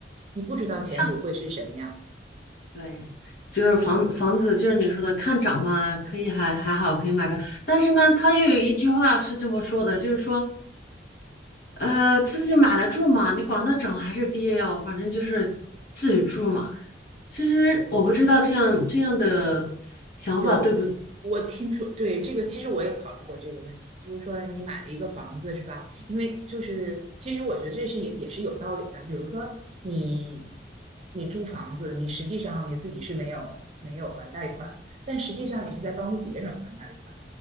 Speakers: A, on the right; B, on the left.
A: 你不知道前途会是什么样。
B: 上海对，就是房房子，就是你说的看涨嘛，可以还还好，可以买个，但是呢，他又有一句话是这么说的，就是说。呃，自己买来住嘛，你管它涨还是跌哦，反正就是自己住嘛。其实我不知道这样这样的想法对不，
A: 德，
B: 对，
A: 我听说，对，这个其实我也考虑过这个问题，就是说你买了一个房子是吧？因为就是其实我觉得这是也也是有道理的，比如说你你租房子，你实际上你自己是没有没有还贷款，但实际上你是在帮助别人还贷款，